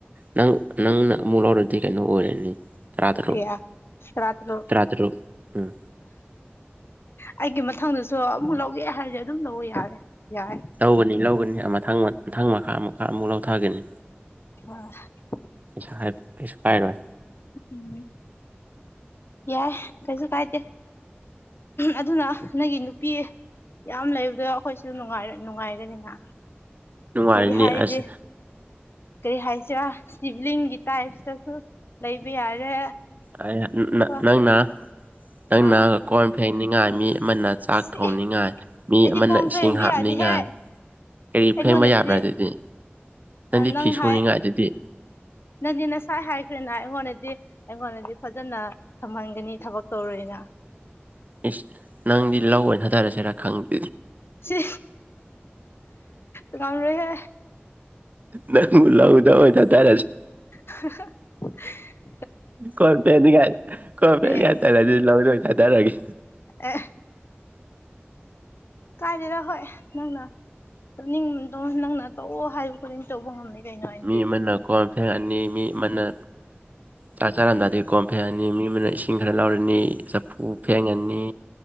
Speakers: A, on the right; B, on the left.
A: ꯅꯪ ꯅꯪꯅ ꯑꯃꯨꯛ ꯂꯧꯔꯗꯤ ꯀꯩꯅꯣ ꯑꯣꯏꯔꯅꯤ ꯇꯔꯥ ꯇꯔꯨꯛ
B: ꯀꯌꯥ ꯇꯔꯥꯇꯔꯨꯛ
A: ꯇꯔꯥ ꯇꯔꯨꯛ ꯎꯝ
B: ꯑꯩꯒꯤ ꯃꯊꯪꯗꯁꯨ ꯑꯃꯨꯛ ꯂꯧꯒꯦ ꯍꯥꯏꯗꯤ ꯑꯗꯨꯝ ꯂꯧꯑꯣ ꯌꯥꯔꯦ ꯌꯥꯔꯦ
A: ꯂꯧꯒꯅꯤ ꯂꯧꯒꯅꯤ ꯃꯊꯪ ꯃꯊꯪ ꯃꯈꯥ ꯑꯃꯨꯛꯀ ꯑꯃꯨꯛ ꯂꯧꯊꯒꯅꯤ
B: <unintelligible>
A: ꯀꯩꯁꯨ ꯍꯥꯏꯔꯣꯏ ꯀꯩꯁꯨ ꯀꯥꯏꯔꯣꯏ
B: ꯎꯝ ꯌꯥꯏ ꯀꯩꯁꯨ ꯀꯥꯏꯗꯦ ꯑꯗꯨꯅ ꯅꯪꯒꯤ ꯅꯨꯄꯤ ꯌꯥꯝ ꯂꯩꯕꯗꯣ ꯑꯩꯈꯣꯏꯁꯨ ꯅꯨꯡꯉꯥꯏꯔꯦ ꯅꯨꯡꯉꯥꯏꯔꯦꯗꯅ
A: ꯅꯨꯡꯉꯥꯏꯔꯅꯤ
B: ꯈꯣꯏꯗꯤ ꯍꯥꯏꯔꯗꯤ
A: ꯑꯁ
B: ꯀꯩ ꯍꯥꯏꯁꯦꯔꯥ ꯁꯤꯚꯂꯤꯡꯒꯤ ꯇꯥꯏꯞꯇꯁꯨ ꯂꯩꯕ ꯌꯥꯔꯦ
A: ꯑꯩꯅ ꯅꯥ
B: ꯀꯣ
A: ꯅꯪꯅ ꯅꯪꯅ
B: ꯑꯥ
A: ꯀꯣꯟ ꯐꯦꯡꯅꯤꯡꯉꯥꯏ ꯃꯤ ꯑꯃꯅ ꯆꯥꯛ
B: ꯁꯤ
A: ꯊꯣꯡꯅꯤꯡꯉꯥꯏ ꯃꯤ
B: ꯑꯩꯗꯤ
A: ꯑꯃꯅ
B: ꯀꯣꯡ
A: ꯏꯁꯤꯡ
B: ꯐꯦꯡꯕ
A: ꯍꯥꯞꯅꯤꯡꯉꯥꯏ
B: ꯌꯥꯗꯦꯍꯦ
A: ꯀꯔꯤ
B: ꯑꯩꯉꯣꯟꯗꯗꯤ
A: ꯐꯦꯡꯕ ꯌꯥꯕ꯭ꯔꯥ ꯗꯨꯗꯤ ꯅꯪꯗꯤ
B: ꯅꯪ
A: ꯐꯤ ꯁꯨꯅꯤꯡꯉꯥꯏ
B: ꯍꯥꯏ
A: ꯗꯨꯗꯤ
B: ꯅꯪꯗꯤ ꯅꯁꯥꯏ ꯍꯥꯏꯈ꯭ꯔꯦꯅ ꯑꯩꯉꯣꯟꯗꯗꯤ ꯑꯩꯉꯣꯟꯗꯗꯤ ꯐꯖꯅ ꯊꯝꯍꯟꯒꯅꯤ ꯊꯕꯛ ꯇꯧꯔꯣꯏꯅ
A: ꯏꯁ ꯅꯪꯗꯤ ꯂꯧ ꯑꯣꯏ ꯊꯥꯗꯔꯁꯤꯔꯥ ꯈꯪꯗꯦ
B: ꯁꯤ ꯉꯝꯔꯣꯏꯍꯦ
A: ꯅꯪ ꯂꯧꯗ ꯑꯣꯏ ꯊꯥꯗꯔꯁꯤ
B: <unintelligible>
A: ꯀꯣꯟ ꯐꯦꯟꯅꯤꯉꯥꯏ ꯀꯣꯟ ꯐꯦꯟꯅꯤꯉꯥꯏ
B: ꯑꯦ
A: ꯇꯜꯂꯗꯤ ꯂꯧꯗ ꯑꯣꯏ ꯊꯥꯗꯔꯒ‌ꯦ
B: ꯑꯦ ꯀꯥꯏꯗꯩꯅꯣ ꯍꯣꯏ ꯅꯪꯅ ꯇꯨꯝꯅꯤꯡꯉꯤꯗꯣ ꯅꯪꯅ ꯇꯧꯑꯣ ꯍꯥꯏꯕ ꯈꯨꯗꯤꯡ ꯇꯧꯕ ꯉꯝꯅꯤ ꯀꯩꯅꯣ ꯑꯩꯗꯤ
A: ꯃꯤ ꯑꯃꯅ ꯀꯣꯟ ꯐꯦꯡꯉꯛꯑꯅꯤ ꯃꯤ ꯑꯃꯅ ꯆꯥꯛ ꯆꯥꯔꯝꯗꯥꯏꯗꯤ ꯀꯣꯟ ꯐꯦꯡꯉꯅꯤ ꯃꯤ ꯑꯃꯅ ꯏꯁꯤꯡ ꯈꯔ ꯂꯧꯔꯅꯤ ꯆꯥꯐꯨ ꯎ ꯐꯦꯡꯉꯅꯤ